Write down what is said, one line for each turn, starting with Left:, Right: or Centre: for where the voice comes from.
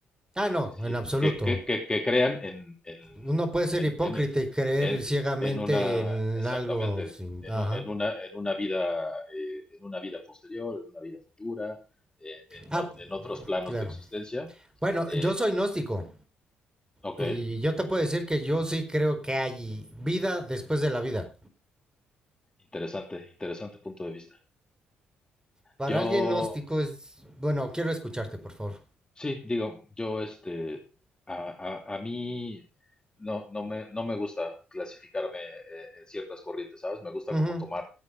Right: Ah, no,
Left: si-
Right: en absoluto.
Left: que, que, que, que crean en, en,
Right: Uno puede ser
Left: en,
Right: hipócrita
Left: en,
Right: y creer
Left: en-
Right: ciegamente
Left: en una,
Right: en
Left: exactamente,
Right: algo sin...
Left: en,
Right: Ajá.
Left: u- en una, en una vida, eh, en una vida posterior, en una vida futura, eh, en,
Right: Ah,
Left: ot- en otros planos
Right: claro.
Left: de existencia.
Right: Bueno,
Left: Eh,
Right: yo soy gnóstico
Left: ok,
Right: y yo te puedo decir que yo sí creo que hay vida después de la vida.
Left: interesante, interesante punto de vista.
Right: Para
Left: Yo
Right: alguien gnóstico es... Bueno, quiero escucharte, por favor.
Left: Sí, digo, yo este, a, a, a mí no, no me, no me gusta clasificarme eh, en ciertas corrientes, ¿sabes? Me gusta
Right: Ujú,
Left: como tomar,